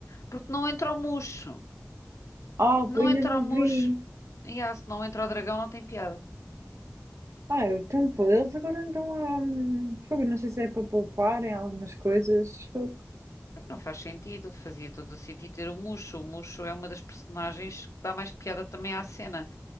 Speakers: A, on the left (about 65°); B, on the right (about 60°).
A: Porque não entra o Muxo.
B: Ah,
A: Se
B: pô,
A: Não
B: ainda
A: entra
B: não
A: o Muxo.
B: vi.
A: E ah, se não entra o dragão, não tem piada.
B: Ah, então pô, eles agora andam a... hum, Fogo, não sei se é para poupar em algumas coisas. Fogo.
A: Não faz sentido. Fazia todo o sentido ter o Muxo. O Muxo é uma das personagens que dá mais piada também à cena.